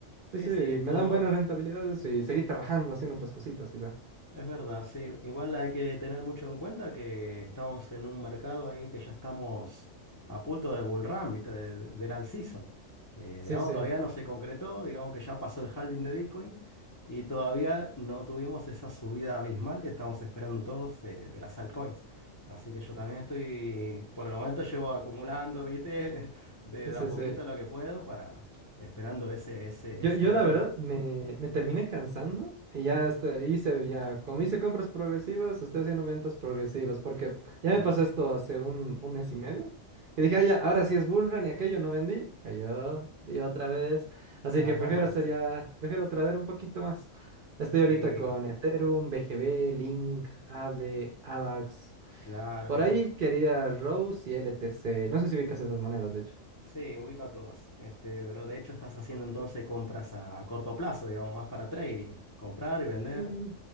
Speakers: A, on the left (about 25°); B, on the right (about 55°).
A: Sí,
B: Sí, sí,
A: sí,
B: me
A: todo.
B: dan buenas rentabilidades y seguir trabajando, haciendo otras cositas, quizá.
A: Es verdad, sí. Igual hay que tener mucho en cuenta que estamos en un mercado ahí que ya estamos a punto de bull run, ¿viste? De- de- del all season. Eh,
B: Sí,
A: digamos,
B: sí,
A: todavía no se concretó, digamos que ya pasó el halving de Bitcoin y todavía no tuvimos esa subida abismal que estamos esperando todos eh, de las altcoins. Así que yo también estoy, por el momento llevo acumulando, ¿viste? <laughs> De,
B: sí,
A: de
B: sí,
A: a poquito
B: sí.
A: lo que puedo para esperando ese, ese,
B: Yo,
A: ese
B: yo
A: momento.
B: la verdad me, me terminé cansando y ya este, hice, ya, como hice compras progresivas, estoy haciendo ventas progresivas, porque ya
A: Ah,
B: me pasó esto hace un, un mes y medio, y dije, "Ah, ya, ahora sí es bullrun y aquello no vendí, cayó y otra vez. Así
A: ajá,
B: que prefiero hacer
A: <laughs> sí.
B: ya, prefiero trader un poquito más. Estoy ahorita
A: Eh,
B: con Ethereum, BGB, Link, Aave, Avax.
A: claro,
B: Por
A: estás.
B: ahí quería Rose y LTC. No sé si ubicas esas monedas, de hecho.
A: Sí, ubica todas. Este, pero de hecho estás haciendo entonces compras a, a corto plazo, digamos, más para trading. Comprar y vender.
B: Mm,